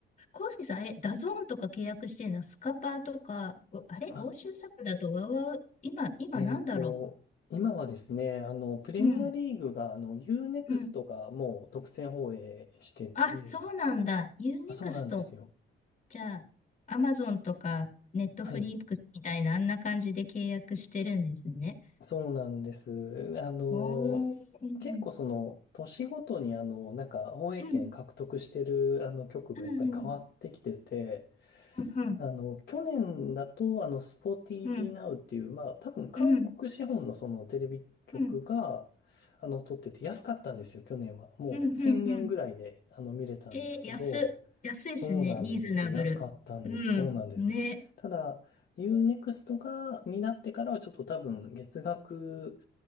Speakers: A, on the left (about 35°); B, on the left (about 50°).
A: コウスケさん、あれ、ダゾーンとか契約してるのスカパーとか、おあれ、
B: あ、
A: 欧州サッカーだと、ワウワウ、今、今なんだろ
B: えっと、今はですね、あの、プレミアリーグが、
A: う。うん、
B: あの、U-NEXT
A: うん。
B: がもう独占放映してて、
A: あ、そうなんだ。ユーネクスト
B: あ、そうなんですよ。
A: じゃあ、アマゾンとか、ネットフリックスみたいな、
B: はい。
A: あんな感じで契約してるんですね。
B: そうなんです。あの、
A: おー、うん、
B: 結構その、
A: うん、
B: 年ごとにあの、なんか、放映権獲得してる、
A: うん、
B: あの、局がやっぱり変わってきてて、
A: うん、うん、
B: あの、去年だと、あの、スポーティービーナウっていう、
A: うん、
B: まあ、多分韓国資本のそのテレビ局が、
A: うん、うん、うん、うん、
B: あの、撮ってて安かったんですよ、去年は。もう1000円ぐらいで、
A: うん。うん
B: あの、見れたんですけど、
A: えー、安、安いですね。
B: そうなんですよ。
A: リーズナブル。
B: 安かったんです。
A: うん、
B: そうなんです。
A: ね。
B: ただ、U-NEXT が、になってからはちょっと多分月額、